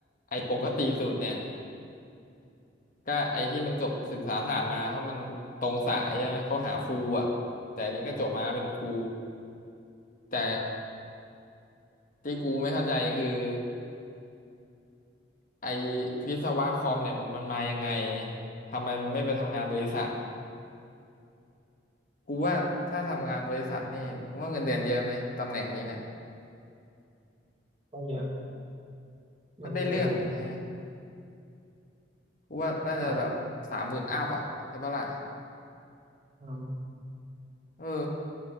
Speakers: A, on the left; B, on the right.
A: ไอ้ปกติสุดเนี่ยก็ไอ้ที่มันจบศึกษาศาสตร์มาเพราะมันตรงสายใช่ไหมเขาหาครูอ่ะแต่อันนี้ก็จบมาเป็นครูแต่ที่กูไม่เข้าใจคือไอ้วิศวะคอมเนี่ยมันมายังไงทำไมมันไม่ไปทำงานบริษัท กูว่าถ้าทำงานบริษัทนี่มึงว่าเงินเดือนเยอะไหมตำแหน่งนี้เนี่ย
B: ก็เยอะ
A: ก็ได้เรื่องอยู่ใช่ไหม
B: ก็ได้เยอะเลย
A: กูว่าน่าจะแบบสามหมื่นอัพอ่ะใช่ปะล่ะ
B: แต่อืม
A: เออ